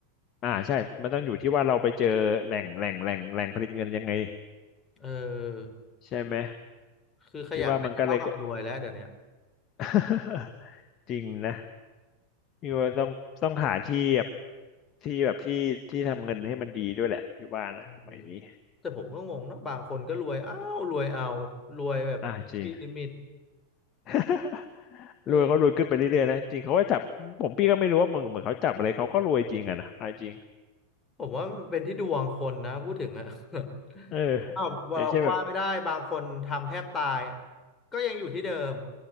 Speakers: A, on the left; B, on the left.
A: อ่าใช่มันต้องอยู่ที่ว่าเราไปเจอแหล่งแหล่งแหล่งแหล่งผลิตเงินยังไง
B: เออ
A: ใช่ไหม
B: คือขยันไม่ได้เท่ากับรวยแล้วเดี๋ยวเนี้ย
A: พี่ว่ามันก็เลย <laughs> จริงนะพี่ว่าต้องต้องหาที่แบบที่แบบที่ที่ทำเงินให้มันดีด้วยแหละพี่ว่านะสมัยนี้
B: อืมแต่ผมก็งงนะบางคนก็รวยอ้าวรวยเอารวยแบบไมมีลิมิต
A: อ่าจริง <laughs>
B: เออ
A: รวยเขารวยขึ้นไปเรื่อยๆนะจริงเขาก็จับผมพี่ก็ไม่รู้ว่าเหมือนเหมือนเขาจับอะไรเขาก็รวยจริงอะนะเอาจริง
B: ผมว่ามันเป็นที่ดวงคนนะพูดถึงอะ <laughs>
A: เออ
B: อ้าว่าเราก็ว่าไม่ได้บางคนทำแทบตาย
A: อย่างเช่นแบบ
B: ก็ยังอยู่ที่เดิม